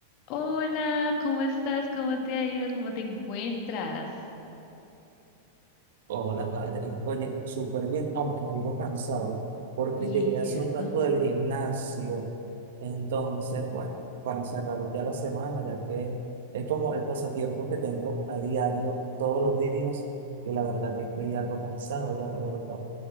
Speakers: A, on the left; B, on the right.
A: Hola, ¿cómo estás? ¿Cómo te ha ido? ¿Cómo te encuentras?
B: Hola, Catherine. Oye, súper bien, aunque algo cansado, porque
A: Y
B: llegué hace
A: eso.
B: un rato del gimnasio. Entonces, bueno, para cerrar ya la semana, ya que es como el pasatiempo que tengo a diario, todos los días, y la verdad que estoy algo cansado ya, la verdad.